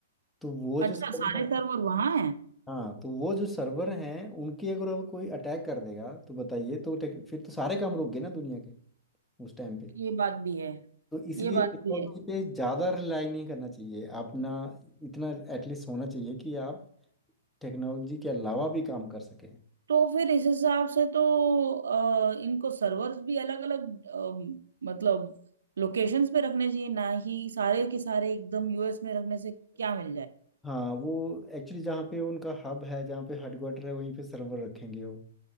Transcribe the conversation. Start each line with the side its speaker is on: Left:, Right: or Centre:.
Centre: तो वो जो
Right: अच्छा
Centre: सर्वर
Right: सारे सर्वर वहां हैं
Centre: हाँ तो वो जो सर्वर हैं उनकी अगर अब कोई अटैक कर देगा तो बताइए तो टेक- फिर तो सारे काम रुक गए ना दुनिया के उस टाइम पे
Right: ये बात भी है
Centre: तो इसलिए
Right: ये बात
Centre: टेक्नोलॉजी
Right: भी है
Centre: पे ज़्यादा रिलाई नहीं करना चाहिए आप ना इतना एटलीस्ट होना चाहिए कि आप टेक्नोलॉजी के अलावा भी काम कर सकें
Right: तो फिर इस हिसाब से तो अ, इनको सर्वर्स भी अलग अलग मतलब लोकेशंस पे रखने चाहिए ना ही सारे के सारे एकदम यूएस में रखने से क्या मिल जाए
Centre: हाँ वो एक्चुअली जहाँ पे उनका हब है जहाँ पे हेडक्वार्टर है वहीं पे सर्वर रखेंगे वो